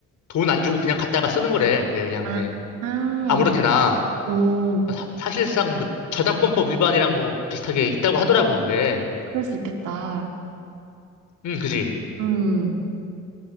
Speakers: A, on the left; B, on the right.
A: 돈 안 주고 그냥 갖다가 쓰는 거래. 그게 그냥
B: 아,
A: 이제
B: 아,
A: 아무렇게나.
B: 오,
A: 사- 사실상 뭐 저작권법 위반이랑 뭐 비슷하게 있다고 하더라고, 그게.
B: 그럴 수 있겠다.
A: 음, 그지.
B: 음.